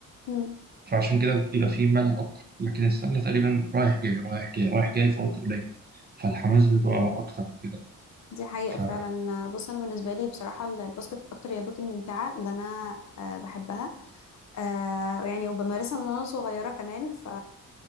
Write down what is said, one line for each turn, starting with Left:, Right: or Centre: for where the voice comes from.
Left: مم.
Right: فعشان كده بيبقى فيه ملل اكتر لكن السله تقريبا رايح جاي رايح جاي رايح جاي في وقت قليل فالحماس بيبقى اكتر من كده
Left: دي حقيقة
Right: ف
Left: فعلا بص أنا بالنسبة لي بصراحة الباسكت أكتر الرياضات الممتعة اللي أنا آه، بحبها آه يعني وبمارسها من وانا صغيرة كمان ف